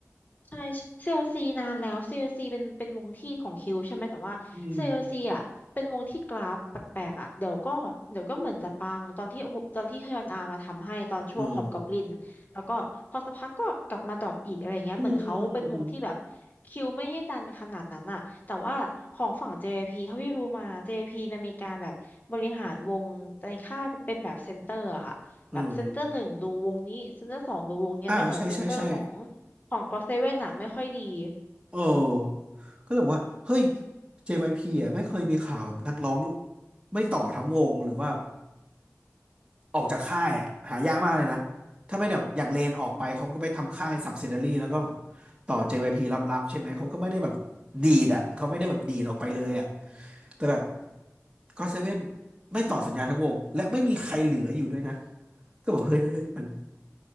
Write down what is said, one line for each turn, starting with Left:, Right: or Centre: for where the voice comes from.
Left: ใช่ CLC นานแล้ว CLC เป็นเป็นวงที่ของคิวใช่ไหมแต่ว่า
Right: อืม
Left: CLC อลซีอ่ะเป็นวงที่กราฟแปลกๆอ่ะเดี๋ยวก็เดี๋ยวก็เหมือนจะปังตอนที่ตอนที่ฮยอนอามาทำให้ตอนช่วงฮอบกอบลินแล้วก็พอสักพักก็กลับมาดรอปอีกอะไรเงี้ยเหมือนเขาเป็นวงที่แบบ
Right: เอออืมอืมอืม
Left: คิวไม่ได้ดันขนาดนั้นอ่ะแต่ว่าของฝั่ง JYP เจพีเท่าที่รู้มา JYP มันมีการแบบบริหารวงในค่ายเป็นแบบเซนเตอร์อะค่ะแบบเซนเตอร์หนึ่งดูวงนี้เซนเตอร์สองดูวงเนี้ยแล้วเหมือนเซนเตอร์ของ
Right: อืมเอออ่าใช่ใช่ใช่
Left: ของก็เซเว่นอะไม่ค่อยดี
Right: เออก็เลยบอกว่า เฮ้ย JYP อ่ะไม่เคยมีข่าวแบบนักร้องไม่ต่อทั้งวงหรือว่าออกจากค่ายอ่ะหายากมากเลยนะถ้าไม่แบบอย่างเลนออกไปเขาก็ไปทำค่าย subsidiary แล้วก็แบบต่อ JYP ลับๆใช่ไหมเขาก็ไม่ได้แบบดีดอ่ะเขาไม่ได้แบบดีดออกไปเลยอ่ะแต่แบบก็เซเว่นไม่ต่อสัญญาทั้งวงและไม่มีใครเหลืออยู่ด้วยนะก็บอกเฮ้ยเฮ้ยเฮ้ยมัน